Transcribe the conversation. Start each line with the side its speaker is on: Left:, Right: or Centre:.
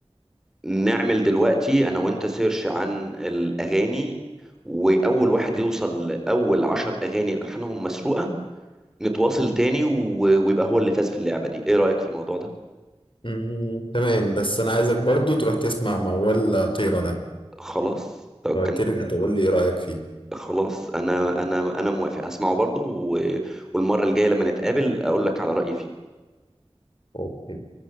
Centre: نعمل دلوقتي انا وانت سيرش عن الاغاني واول واحد يوصل لاول عشر اغاني الالحانهم مسروقه نتواصل تاني و- ويبقى هو اللي فاز في اللعبه دي ايه رايك في الموضوع ده
Left: مم. تمام بس أنا عايزك برضو تروح تسمع موال طيرة ده
Centre: خلاص طب
Left: ترجع تقول لي إيه رأيك فيه
Centre: خلاص انا انا انا موافق هسمعه برضو و- والمره الجايه لما نتقابل اقول لك على رايي فيه
Left: أوكي